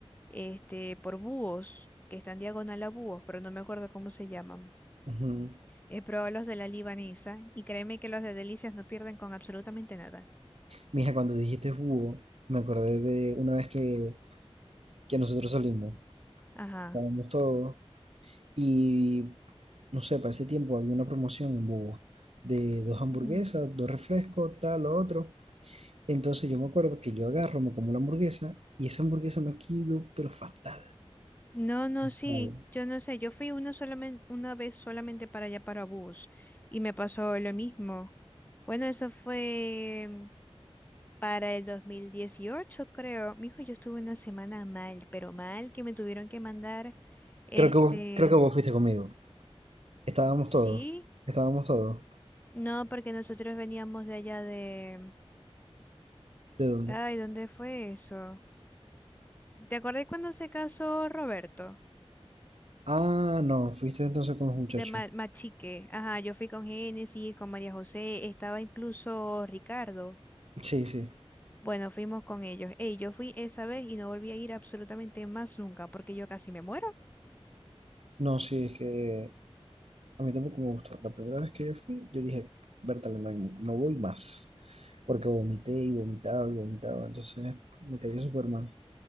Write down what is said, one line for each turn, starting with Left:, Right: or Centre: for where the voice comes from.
Left: este, por búhos, que están diagonal a búhos, pero no me acuerdo cómo se llaman.
Right: Ujú.
Left: He probado los de la libanesa y créeme que los de delicias no pierden con absolutamente nada.
Right: Mija, cuando dijiste búho, me acordé de una vez que, que nosotros salimos,
Left: Ajá.
Right: estábamos todos, y no sé, para ese tiempo había una promoción en búho, de dos hamburguesas,
Left: Ujú.
Right: dos refrescos, tal, lo otro. Entonces yo me acuerdo que yo agarro, me como la hamburguesa y esa hamburguesa me quedó, pero fatal.
Left: No, no, sí,
Right: Claro.
Left: yo no sé, yo fui una solamente, una vez solamente para allá para bus y me pasó lo mismo. Bueno, eso fue para el 2018, creo. Mijo, yo estuve una semana mal, pero mal que me tuvieron que mandar, este,
Right: Creo que vos, creo que vos fuiste conmigo. Estábamos
Left: sí,
Right: todos. Estábamos todos.
Left: no, porque nosotros veníamos de allá de,
Right: ¿De dónde?
Left: ay, ¿dónde fue eso? ¿Te acordás cuando se casó Roberto?
Right: Ah, no, fuiste entonces con los muchachos.
Left: De Ma- Machique, ajá, yo fui con Génesis, con María José, estaba incluso Ricardo.
Right: Sí, sí.
Left: Bueno, fuimos con ellos. Ey, yo fui esa vez y no volví a ir absolutamente más nunca porque yo casi me muero.
Right: No, sí, es que a mí tampoco me gustó. La primera vez que yo fui, yo dije, Bertale, no, hay- no voy más. Porque vomité y vomitaba y vomitaba. Entonces me cayó súper mal.